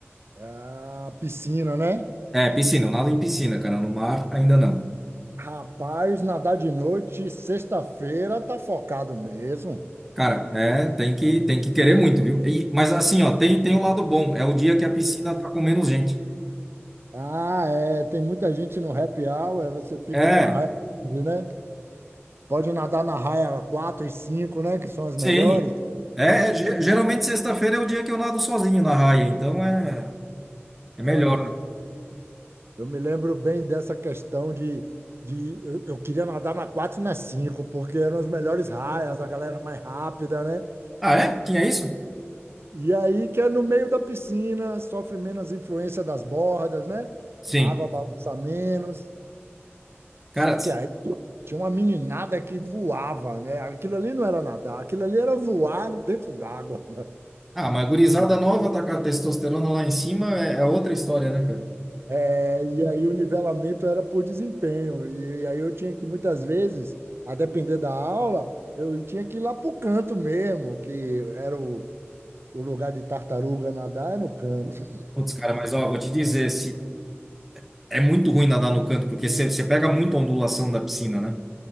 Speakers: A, on the right; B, in the centre.
A: Ah, piscina, né?
B: É, piscina. Eu nado em piscina, cara. No mar, ainda não.
A: Rapaz, nadar de noite, sexta-feira, tá focado mesmo.
B: Cara, é, tem que, tem que querer muito, viu? E- mas assim, ó, tem, tem um lado bom. É o dia que a piscina tá com menos gente.
A: Ah, é, tem muita gente no happy hour, é, você fica
B: É,
A: com a raia livre, né? Pode nadar na raia 4 e 5, né? Que são as
B: sim.
A: melhores.
B: É, é, ge- geralmente sexta-feira é o dia que eu nado sozinho na raia. Então é, é melhor.
A: É uma delícia. Eu me lembro bem dessa questão de, de eu, eu queria nadar na 4 e na 5 porque eram as melhores raias, a galera mais rápida, né?
B: Ah, é? Tinha isso?
A: E aí que é no meio da piscina, sofre menos influência das bordas, né?
B: Sim.
A: A água balança menos.
B: Cara,
A: Só que aí tinha uma meninada que voava, né? Aquilo ali não era nadar, aquilo ali era voar dentro d'água. <laughs>
B: Ah, mas gurizada nova tá com a testosterona lá em cima é, é outra história, né, cara?
A: É, e aí o nivelamento era por desempenho. E aí eu tinha que, muitas vezes, a depender da aula, eu tinha que ir lá pro canto mesmo, que era o, o lugar de tartaruga nadar, é no canto.
B: Putz, cara, mas ó, vou te dizer, se é muito ruim nadar no canto, porque você você pega muita ondulação da piscina, né?